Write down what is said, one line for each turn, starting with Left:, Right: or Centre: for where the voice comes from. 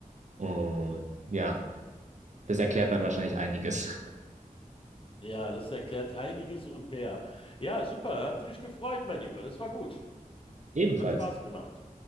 Right: Und ja, das erklärt dann wahrscheinlich einiges.
Left: Ja, das erklärt einiges und mehr. Ja, super, hat mich gefreut, mein Lieber. Das war gut.
Right: <laughs> Ebenfalls.
Left: Hat Spaß gemacht.